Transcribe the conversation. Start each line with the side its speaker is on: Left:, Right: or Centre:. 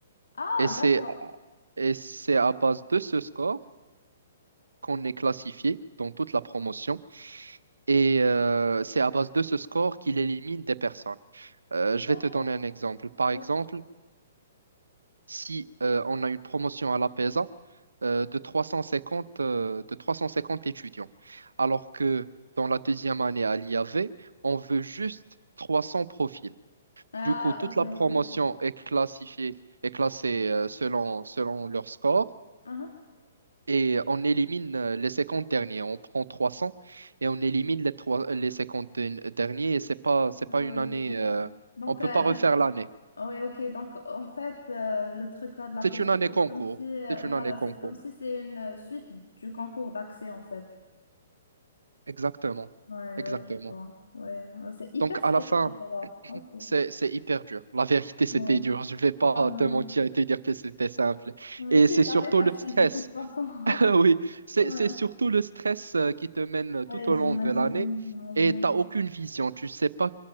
Left: Ah,
Right: Et c'est,
Left: d'accord,
Right: et c'est à base de ce score qu'on est classifié dans toute la promotion. Et euh, c'est à base de ce score qu'il élimine des personnes. Euh, je
Left: d'accord.
Right: vais te donner un exemple. Par exemple,
Left: ouais.
Right: si euh, on a une promotion à la PESA, euh, de 350, euh, de 350 étudiants. Alors que dans la deuxième année à l'IAV, on veut juste 300 profils.
Left: Ah,
Right: Du coup, toute
Left: ok,
Right: la promotion
Left: ok, ok.
Right: est classifiée, est classée euh, selon, selon leur score
Left: Ah,
Right: et on élimine euh, les 50 derniers. On prend 300 et on élimine les, trois- les cinquante de- derniers et c'est pas, c'est pas
Left: ah,
Right: une
Left: oui
Right: année,
Left: j'ai compris.
Right: euh,
Left: Donc,
Right: on peut
Left: euh,
Right: pas
Left: dès
Right: refaire
Left: que-
Right: l'année.
Left: ouais, ok. Donc, en fait, euh, le truc là de la
Right: C'est
Left: PESA,
Right: une année
Left: c'est
Right: concours.
Left: comme si, euh,
Right: C'est une
Left: voilà,
Right: année concours.
Left: c'est comme si c'est une euh, suite du concours d'accès, en fait.
Right: Exactement.
Left: Ouais,
Right: Exactement.
Left: ouais, je vois. Ouais, ouais, c'est hyper
Right: Donc,
Left: spécial
Right: à la fin,
Left: alors. Ok. Ouais,
Right: C'est, c'est hyper dur. La vérité, c'était
Left: ouais,
Right: dur. Je vais pas
Left: ouais.
Right: te
Left: Ouais,
Right: mentir et te dire que c'était simple.
Left: Ouais,
Right: Et
Left: c'est
Right: c'est
Left: jamais
Right: surtout
Left: facile
Right: le stress.
Left: de toute façon. <laughs>
Right: <laughs> Oui, c'est,
Left: Ouais,
Right: c'est surtout le stress euh, qui te mène
Left: ouais,
Right: tout au
Left: j'imagine,
Right: long de l'année
Left: j'imagine.
Right: et t'as aucune vision. Tu sais pas